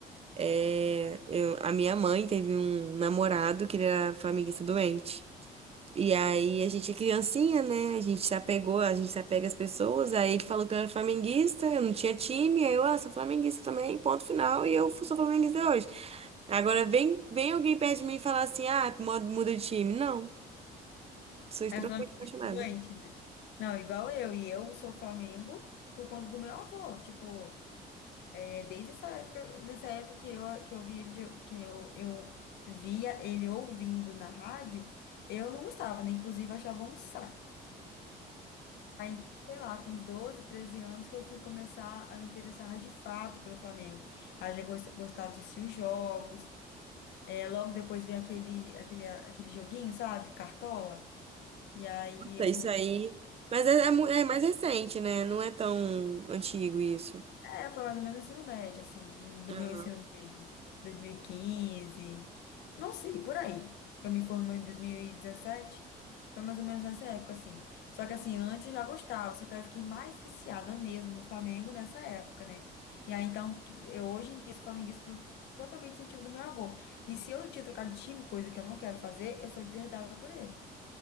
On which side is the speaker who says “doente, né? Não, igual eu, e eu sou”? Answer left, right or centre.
Left